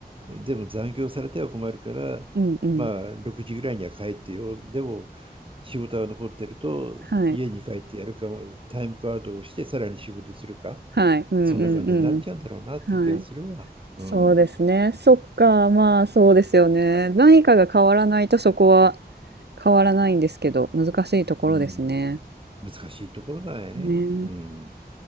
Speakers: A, on the right; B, on the right.
A: でも残業されては困るから、
B: うんうん。
A: まあ、6時ぐらいには帰ってよ。でも、仕事が残ってると、
B: はい。
A: 家に帰ってやるか、タイムカードをして、さらに仕事するか、
B: はい。うんうんうん。
A: そんな感じになっちゃうんだろうなって気がするわ。
B: はい。
A: うん。
B: そうですね。そっか。まあそうですよね。何かが変わらないとそこは変わらないんですけど、難しいところですね。
A: うん。難しいところだよね。
B: ね。
A: うん。